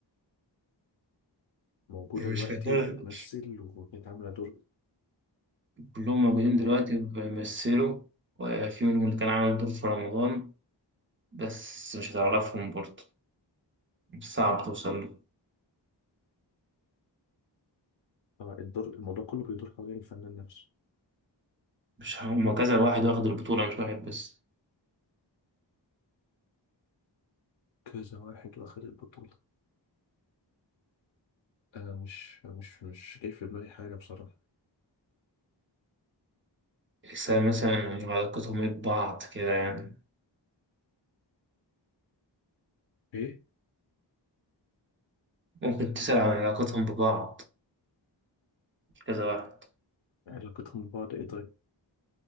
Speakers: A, on the left; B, on the right.
A: موجودة
B: مش
A: دلوقتي
B: فاكر
A: وبتمثل وكانت عاملة دور
B: كلهم موجودين دلوقتي
A: إيه؟
B: بيمثلوا وفي منهم اللي كان عامل دور في رمضان بس مش هتعرفهم برضه صعب توصل له
A: آه الدور الموضوع كله بيدور حوالين الفنان نفسه
B: مش هما كذا واحد واخد البطولة مش واحد بس
A: كذا واحد واخد البطولة أنا مش مش مش جاي في دماغي حاجة بصراحة
B: تحسها مثلا علاقتهم ايه ببعض كده يعني
A: إيه؟
B: ممكن تسأل عن علاقتهم ببعض كذا واحد
A: علاقتهم ببعض إيه طيب؟